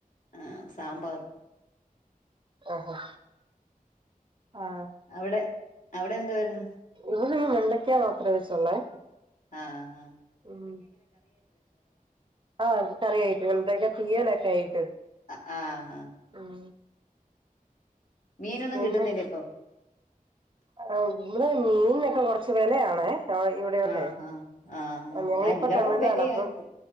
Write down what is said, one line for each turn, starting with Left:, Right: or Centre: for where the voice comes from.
Left: ആ സാമ്പാർ.
Right: ആ ആ ആ
Left: അവിടെ അവിടെ എന്തുവായിരുന്നു
Right: ഇവടെ ഈ വെണ്ടയ്ക്കാ മാത്രേ വെച്ചൊള്ളേ.
Left: ആ ആ
Right: ഉം ആ കറി ആയിട്ടു ഇവിടൊക്കെ തീയലായിട്ടാ വെയ്
Left: അ ആ.
Right: ഉം
Left: മീനൊന്നും
Right: പിന്നെ
Left: കിട്ടുന്നില്ലിപ്പൊ.
Right: ആ ഇവിടെ മീനിനൊക്കെ കുറച്ച് വെലയാണേ ഇവിടെയോട്ടെ.
Left: ആഹ് ആഹ് ആഹ്
Right: ആ ഞങ്ങളിപ്പ
Left: ആഹ് എല്ലായിടവും
Right: തമിഴ്നാടാ
Left: വിലയായിപ്പോ
Right: അപ്പം